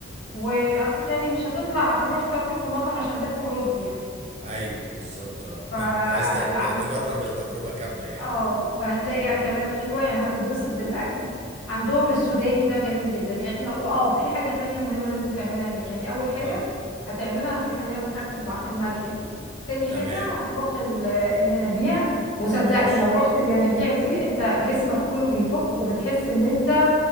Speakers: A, on the left; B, on the right.
A: واصل يعني مش هتطلع تروح تاكل في مطعم عشان تاكل رز يعني
B: ايوه بالظبط اه
A: فاللي
B: <laughs> انت عايز تت- تجرب التجربة كاملة يعني
A: اه فهتلاقي
B: امم
A: اكلات حلوه يعني هتتبسط بالاكل عندهم السوداني ده جميل جدا يعني احنا واه في حاجه تانية مهمه لازم تعملها هناك يعني اول حاجه
B: اه
A: هتعملها هتروح اللي هي بحيره الب- الملح دي تاني
B: تمام
A: حاجه هتروح ال- الينابيع وصدقني
B: ماشي
A: لو رحت الينابيع دي انت جسمك كله بيفك وبتحس ان انت